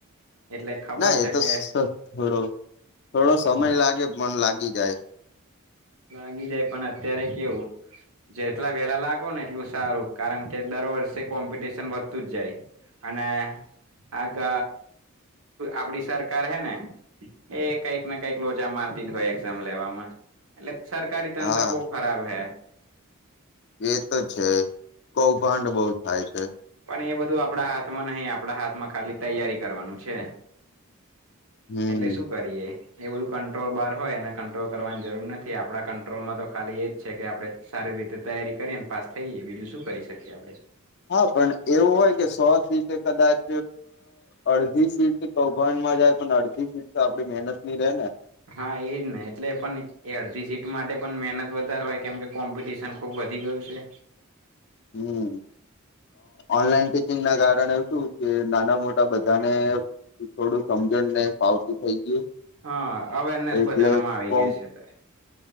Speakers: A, on the right; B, on the left.
A: એટલે ખબર
B: ના
A: છે
B: એ તો
A: કે
B: સ થોડો થોડો સમય
A: હમ
B: લાગે પણ લાગી જાય.
A: લાગી જાય પણ અત્યારે કેવું જેટલા વેલા લાગો ને એટલું સારું કારણ કે દર વર્ષે કોમ્પિટિશન વધતું જ જાય અને આગ આપડી સરકાર હે ને એ કઈકને કઈક લોચા મારતી જ હોય એક્ઝામ લેવામાં એલેપ. સરકારી તંત્ર
B: હા
A: બોહ ખરાબ હૈ.
B: એ તો છે કૌભાંડ બહું થાય છે.
A: પણ એ બધું આપડા હાથમાં નહી આપડા હાથમાં ખાલી તૈયારી કરવાનું છે.
B: હમ
A: એટલે શું કરીએ? એ બધું કંટ્રોલ બહાર હોય એને કંટ્રોલ કરવાની જરૂર નથી આપડા કંટ્રોલમાં તો ખાલી એજ છે કે આપડણે સારી રીતે તૈયારી કરીએને પાસ થઈએ બીજું શું કરી શકીએ આપણે?
B: હા પણ એવું હોય કે સો સીટ કદાચ અડધી સીટ કૌભાંડમાં જાય પણ અડધી સીટ તો આપડી મહેનત ની રે ને.
A: હા, એજ ને. એટલે પણ એ અડધી સીટ માટે પણ મહેનત વધારે હોય, કેમ કે કોમ્પિટિશન ખુબ વધી ગયું છે.
B: હમ, ઓનલાઈન ટીચિંગ ના કારણે શું? કે નાના-મોટા બધા ને, થોડું સમજણ ને ફાવતું થઈ ગયું.
A: હા, અવેરનેસ
B: એટલે
A: બધાનામાં આવી
B: કોમ
A: ગઈ છે.